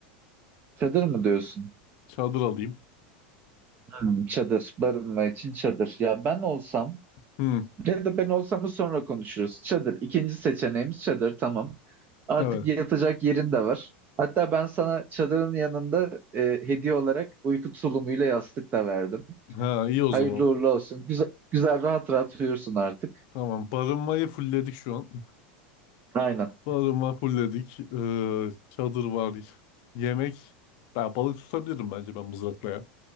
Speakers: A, on the right; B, on the left.
A: Çadır mı diyorsun?
B: Çadır alayım.
A: Hmm, çadır, barınma için çadır. Ya ben olsam
B: Hmm,
A: Ya da ben olsam sonra konuşuruz. Çadır. İkinci seçeneğimiz çadır. Tamam. Artık
B: evet.
A: yatacak yerin de var. Hatta ben sana çadırın yanında e, hediye olarak uyku tulumuyla yastık da verdim.
B: Ha iyi o
A: Hayırlı
B: zaman.
A: uğurlu olsun. Güzel, güzel rahat rahat uyursun artık.
B: Tamam. Barınmayı fullledik şu an.
A: Aynen.
B: <laughs> Barınma fullledik. Ee, çadır var. Yemek. Ben balık tutabilirim bence ben mızrakla ya.